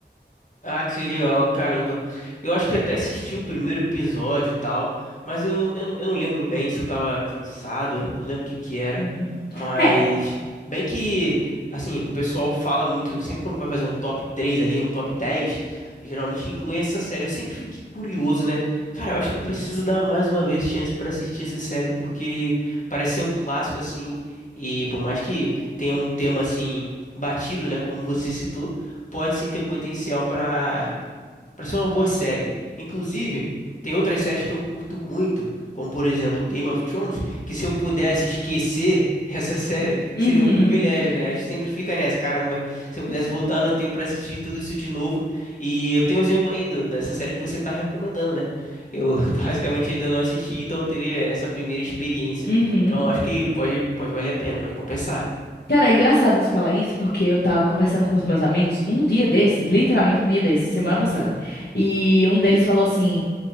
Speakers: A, on the left (about 45°); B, on the left (about 65°).
A: Ah, que legal, caramba. Eu acho que até assisti o primeiro episódio e tal, mas eu, eu, não- eu não lembro bem se eu tava cansado, eu não lembro o que que era,
B: Uhum.
A: mas
B: É.
A: bem que, assim, o pessoal fala muito, sempre quando vai fazer um top 3 ali, um top 10, geralmente incluem essa série. Eu sempre fiquei curioso, né? Cara, eu acho que eu preciso dar mais uma vez chance pra assistir essa série, porque parece ser um clássico, assim, e por mais que tenha um tema, assim, batido, né, como você citou, pode sim ter potencial para para ser uma boa série. Inclusive, tem outras séries que eu curto muito, como por exemplo Game of Thrones, que se eu pudesse esquecer essa <laughs> série,
B: Uhum.
A: seria um privilégio, né? A gente sempre fica nessa, caramba, se eu pudesse voltar no tempo para assistir tudo isso de novo. E eu tenho um exemplo aí do- dessa série que você tá recomendando, né? Eu <laughs> basicamente ainda não assisti, então eu teria essa primeira experiência.
B: Uhum.
A: Então acho que pode, pode valer a pena, pode compensar.
B: Cara, é engraçado você falar isso, porque eu tava conversando com os meus amigos um dia desse, literalmente um dia desse, semana passada. E um deles falou assim: